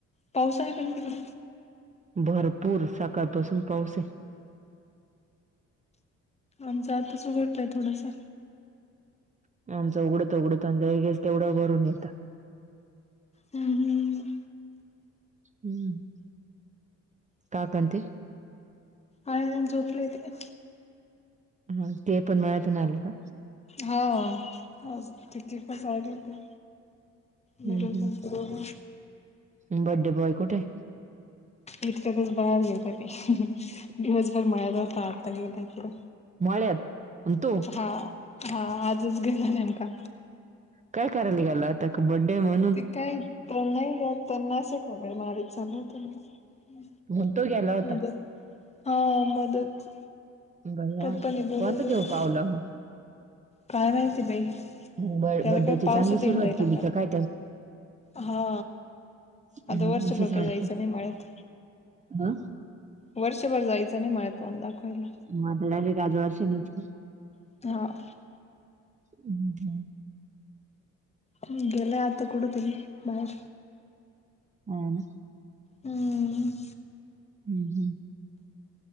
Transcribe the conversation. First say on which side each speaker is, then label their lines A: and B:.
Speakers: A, on the left; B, on the right.
A: पाऊस आहे काय तिकड
B: भरपूर सकाळपासून पाऊस ये.
A: आमचा आताच उघटला आहे थोडंसा
B: आमचं उघडत उघडंत लगेच तेवढं भरून येतं.
A: हम् हम्
B: हम्म काका अन ते
A: आहे झोपलेत ते..
B: हा ते पण मळयांतून आले का?
A: हाव आज ते पण जाईल होते. निरोजन
B: हम्म
A: बरोबर
B: हम् बडडे बॉय कुठे?
A: इतक्यातच बाहेर गेल ते दिवसभर मळ्यात होता आता गेला इकड
B: मळ्यात आणी तो.
A: हा हा आजच गेला नेमका.
B: काय करायला गेला होता बडडे आहे म्हणून.
A: काही तर नाही घ त्यांना असं वैगरे मारायची चालवताना
B: म्हणतो गेला होता
A: मदत हा मदत
B: बया
A: पप्पानी बोलवलं
B: कोणतं
A: होतं.
B: देव पावलं मग.
A: काय माहिती बाई
B: मग
A: त्याला
B: बड्डेची
A: काय पाऊसात
B: चांगली
A: हिंडायला.
B: सुरुवात केली का काय
A: हा
B: त्याने
A: आता वर्ष
B: अशीच
A: भर
B: वाटते
A: काय जायच नाही मळ्यात
B: ह
A: वर्षभर जायचं नाही मळ्यात तोंड दाखवायला.
B: मग आता डायरेक्ट आज वर्षानीच का.
A: ह
B: हम्म हम्म
A: ह् गेलाय आता कुडे तरी बाहेर
B: हो ना
A: हम
B: हम्म हम्